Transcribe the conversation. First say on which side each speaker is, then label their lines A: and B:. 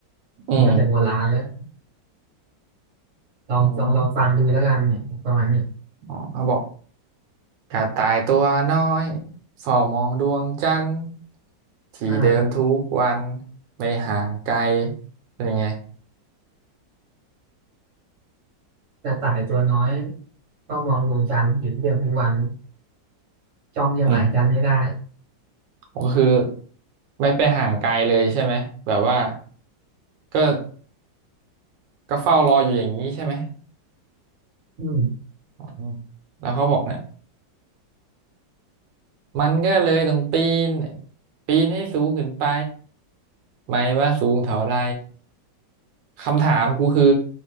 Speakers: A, on the right (about 80°); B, on the right (about 45°).
A: อืม
B: มาตั้งแต่โบราณแล้วลองลองลองฟังดูแล้วกันเนี่ยประมาณนี้
A: อืมอ๋อเขาบอก กระต่ายตัวน้อยเฝ้ามองดวงจันทร์ที่เดิมทุกวัน
B: อ่า
A: ไม่ห่างไกลเป็นยังไง
B: กระต่ายตัวน้อยก็มองดวงจันทร์อยู่ทุกเดือนทุกวันจ้องจะหมายจันทร์ให้ได้
A: อืมก็คือไม่ไปห่างไกลเลยใช่ไหมแบบว่าก็ก็เฝ้ารออยู่อย่างนี้ใช่ไหม
B: อืม
A: อืมแล้วเขาบอกเนี่ยมันก็เลยต้องปีนปีนให้สูงขึ้นไปไม่ว่าสูงเท่าไรคำถามกูคือ